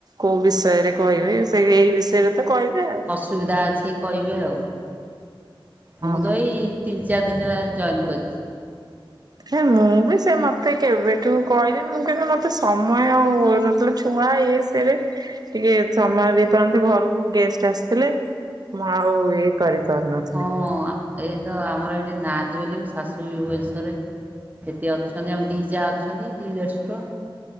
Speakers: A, on the right (about 45°); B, on the right (about 20°).
A: କୋଉ ବିଷୟରେ କହିବେ ସେ ଏଇ ବିଷୟରେ ତ କହିବେ ଆଉ।
B: ସୁବିଧା ଅଛି କହିବେ ଆଉ ମୁଁ
A: ହଁ।
B: ତ ଏଇ ତିନି ଚାରି ଦିନ ଅ ଜଏନ୍ କରିଛି।
A: ହେଁ ମୁଁ ବି ସେ ମତେ କେବେଠୁ କହିଲେ ମୁଁ କହି ମତେ ସମୟ ଆଉ ନଥିଲା ଛୁଆ ଇ ସ ତିରେ ଟିକେ ସମୟ ଦେଇପାରନ୍ତି ଘରକୁ ଗେଷ୍ଟ ଆସିଥିଲେ। ମୁଁ ଆଉ ଏ କରିପାରୁ ନଥିଲି।
B: ହଁ ଏଇ ତ ଆମର ଏଇଠି ନାହାତି ବୋଲି ମୋ ଶାଶୁ ବି ଭୁବନେଶ୍ୱରରେ। ସେଟି ଅଛନ୍ତି ଆମ ଦି ଯା ଅଛନ୍ତି ଦି ଦେଡଶୁର।